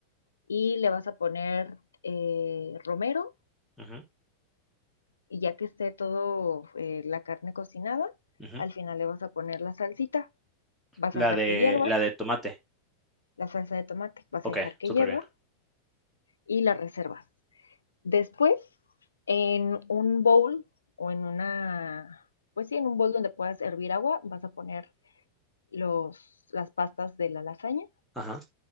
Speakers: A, on the left; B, in the centre.
A: y le vas a poner eh, romero,
B: ujú,
A: y ya que esté todo eh, la carne cocinada,
B: ujú.
A: al final le vas a poner la salsita, vas
B: La
A: a dejar
B: de,
A: que hierva
B: la de tomate.
A: la salsa de tomate, vas
B: Ok,
A: a dejar que
B: súper
A: hierva
B: bien.
A: y la reservas. Después, en un bowl o en una, pues sí, en un bowl donde puedas hervir agua, vas a poner los, las pastas de la lasaña
B: Ajá.